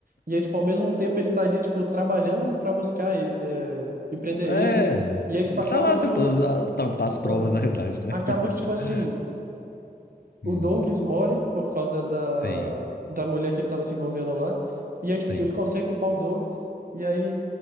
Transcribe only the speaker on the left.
É,
ele
tá lá
tentando
ah, tampar as provas,
na realidade, né?
<laughs>
Hum,
Sim,
sim.